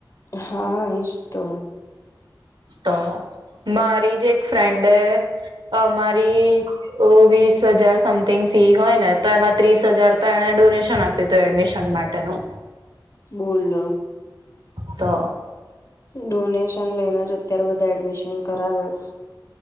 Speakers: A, on the left; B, on the right.
A: હા એજ તો.
B: તો મારી જ એક ફ્રેન્ડે અમારી ઓ વીસ હજાર સમથિંગ ફી હોય ને તો એમાં ત્રીસ હજાર તો એણેને ડોનેશન આપ્યું. એડમિશન માટે ને
A: બોલલો.
B: તો.
A: ડોનેશન લઈને જ અત્યારે બધા એડમિશન કરાવે છે.